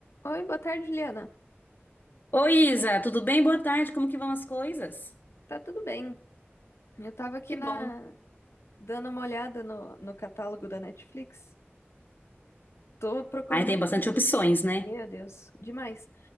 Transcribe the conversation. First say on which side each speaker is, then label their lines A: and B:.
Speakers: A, on the left; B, on the left.
A: Oi, boa tarde, Juliana.
B: Oi, Isa, tudo bem? Boa tarde, como que vão as coisas?
A: Tá tudo bem? Eu tava aqui
B: Que
A: na
B: bom.
A: dando uma olhada no, no catálogo da Netflix. Tô procurando
B: Aí tem bastante
A: um
B: opções, né?
A: meu Deus, demais.